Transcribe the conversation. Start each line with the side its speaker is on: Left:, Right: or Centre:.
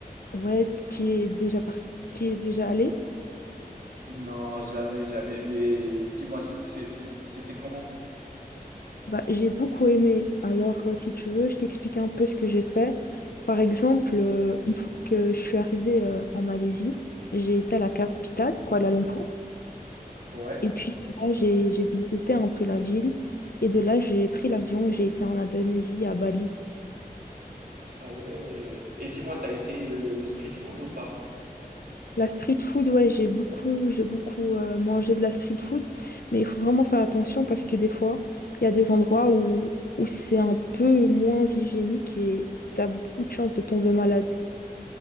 Left: ouais, tu y es déjà parti, tu y es déjà allé?
Right: Non, jamais, jamais. Mais dis-moi, c'est- c'est- c'est- c'était comment?
Left: Bah, j'ai beaucoup aimé. Alors, euh, si tu veux, je t'explique un peu ce que j'ai fait. Par exemple,
Right: Ouais.
Left: euh, une fois que je suis arrivée euh, en Malaisie, j'ai été à la capitale,
Right: Mhm.
Left: Kuala Lumpur.
Right: Ouais.
Left: Et puis de là, j'ai j'ai visité un peu la ville. Et de là, j'ai pris l'avion et j'ai été en Indonésie, à Bali.
Right: Ah ouais. Et dis-moi, t'as essayé le, le street food ou pas?
Left: La street food, ouais, j'ai beaucoup, j'ai beaucoup euh, mangé de la street food. Mais il faut vraiment faire attention parce que des fois, il y a des endroits où, où c'est un peu moins hygiénique et t'as beaucoup de chances de tomber malade.